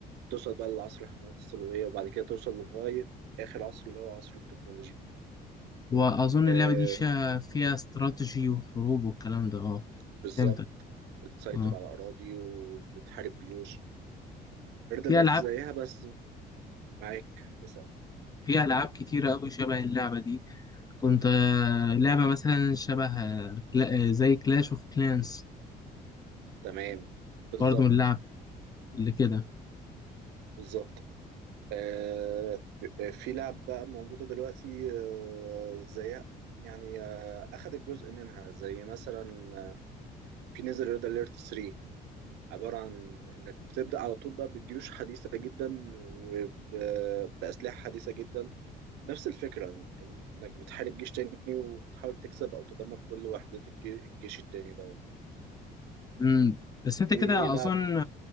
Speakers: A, on the right; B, on the left.
A: توصل بقى للعصر الحملات الصليبية وبعد كده توصل لغاية آخر عصر اللي هو عصر التكنولوجيا
B: وأظن
A: آه
B: اللعبة دي شا- فيها استراتيجي وحروب والكلام ده أه
A: بالظبط
B: فهمتك
A: بتسيطر
B: أه
A: على أراضي وبتحارب جيوش ريد
B: في
A: أليرت
B: ألعاب
A: زيها بس معاك اسأل
B: في ألعاب كتيرة أوي شبه اللعبة دي كنت آه، لعبة مثلا شبه آه، كلا- آه، زي كلاش أوف كلانس
A: تمام بالظبط
B: برضه من اللعب اللي كده
A: بالظبط آه، في في لعب بقى موجودة دلوقتي آه، زيها يعني آه، أخدت جزء منها زي مثلا آه، في نزل ريد أليرت 3 عبارة عن إنك بتبدأ على طول بقى بجيوش حديثة جدا وبأسلحة حديثة جدا نفس الفكرة إنك بتحارب جيش تاني وبتحاول تكسب أو تدمر كل وحدات الجي- الجيش التاني دوت
B: امم بس انت
A: في
B: كده
A: لعب
B: اظن